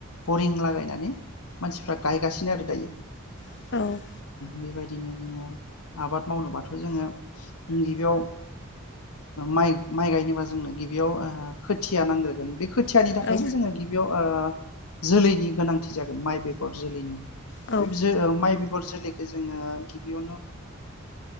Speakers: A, on the left; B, on the left.
A: बरिं लागायनानै मानसिफ्रा गायगासिनो आरो दायो
B: औ
A: बेबायदि बिदिनो जोङो आबाद मावनोबाथ जोङो गिबियाव माइ माइ गायनोबा जोंनो गिबियाव ओ खोथिया नांग्रोगोन बे खोथि खोथियानि थाखायबो
B: औ
A: जोङो गिबियाव ओ जोलैनि गोनांथि जागोन माइ बे हर जोलैनि
B: औ
A: बे माइ बेगर जोलै जोङो गिबियावनो